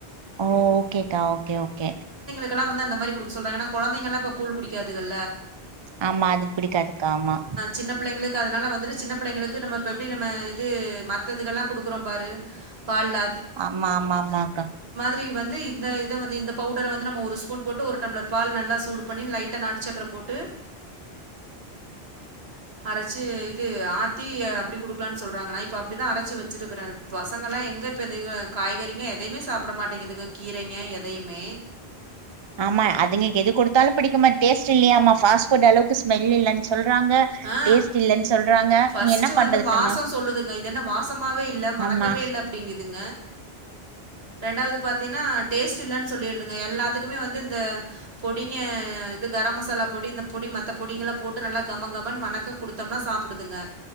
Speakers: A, on the right; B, on the right.
A: ஓ ஓகேக்கா ஓகே ஓகே
B: ல்லாம் வந்து அந்த மாதிடுக்க சொல்றங்க ஏன்னா கொழந்தைல்லாம் இப்ப கூழ்குடிக்கதுங்கள
A: ஆமா அதுக்கு பிடிக்காதுக்க ஆமா
B: சின்ன பிள்ளைங்களுக்கு அதனால வந்து சின்ன புள்ளைங்களுக்கு நம்ம எப்டி நம்ம வந்து மத்ததுக்கெல்லாம் கொடுக்குறோம் பாரு பால்ல
A: ஆமா ஆமா ஆமாக்கா
B: ப்ப இந்த இத வந்து பவுடர வந்து ஸ்பூன் போட்டு ஒரு டம்ளர் பால் நல்லா சூடு பண்ணி லைட்டா ஒரு நாட்டுசக்கர போட்டு அரைச்சி ஆத்தி அப்படிடுக்கலாம் சொல்றாங்கன்னா இப்ப அப்டிதான் அரைச்சு வச்ச இருக்கறேன் பசங்க எல்லாம் எங்க இப்ப காய்கறிங்க எதையவுமே சாப்பட மாட்டேங்குதுங்க கீரங்க எதையுமே
A: ஆமா அதுங்க எது கொடுத்தாலும் புடிக்குமா டேஸ்ட்ல்லாயாமா பாஸ்புட் அளவுக்கு ஸ்மெல் சொல்றாங்க
B: ஆ
A: டேஸ்ட் இல்லன்னு சொல்றாங்க
B: ஃபர்ஸ்ட்ட்
A: நீங்க என்ன பண்றதுட்டமா
B: வந்து வாசம் சொல்லுதுங்க இது என்ன வாசமாவே இல்ல மணக்கவே
A: ஆமா
B: இல்ல அப்டிங்குதுங்க ரெண்டாவது பாத்தீங்கன்னா டேஸ்ட் இல்லனு சொல்லிடுதுங்க எல்லாத்துக்குமே வந்து இந்த பொடிங்க இ கரம் மசாலா பொடி இந்த பொடி மத்த பொடிங்கல்லாம் போட்டு நல்லாம் கமகமணு மணக்க குடுத்தோம்னா சாப்பிடுதுங்க